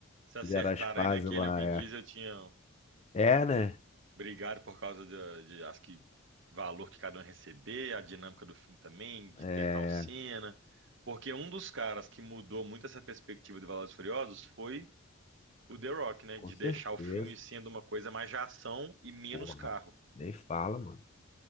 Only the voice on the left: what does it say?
Fizeram as pazes
lá,
é.
É, né?
É,
com
certeza,
porra.
Nem fala, mano.